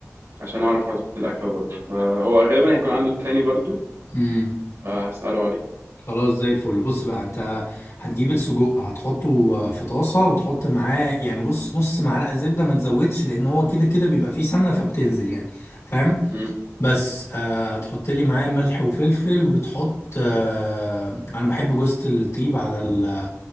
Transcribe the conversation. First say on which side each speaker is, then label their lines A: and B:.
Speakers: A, on the right; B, on the left.
A: عشان اعرف اظبط الاكله برضه هو غالبا هيكون عنده التاني برضه
B: امم
A: فهساله عليه
B: خلاص زي الفل بص بقى انت هتجيب السجق هتحطه في طاسة وتحط معاه يعني بص نص معلقة زبدة ما تزودش لان هو كده كده بيبقى فيه سمنة فبتنزل يعني فاهم
A: امم
B: بس آه هتحط لي معاه ملح وفلفل وتحط آه انا بحب جوزة الطيب على ال